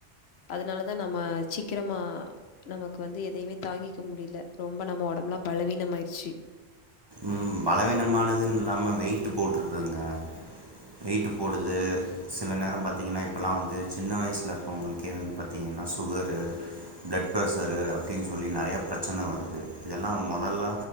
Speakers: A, on the left; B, on the right.
A: அதனாலதான் நம்ம சீக்கிரமா நமக்கு வந்து எதையுமே தாங்கிக்க முடியல ரொம்ப நம்ம உடம்புலா பலவீனோ ஆயிடுச்சு
B: ம் பலவீனமானதுன்னு இல்லாம வெயிட் போட்டுருதுங்க வெயிட்டு போடுது சில நேரோ பார்த்திங்கன்னா இப்போலா வந்து சின்ன வயசுல இருக்கறவங்களுக்கே வந்து பாத்திங்கன்னா சுகரு பிளட் ப்ரஷரு அப்டின்னு சொல்லி நறையா பிரச்சனை வருது இதெல்லா முதல்ல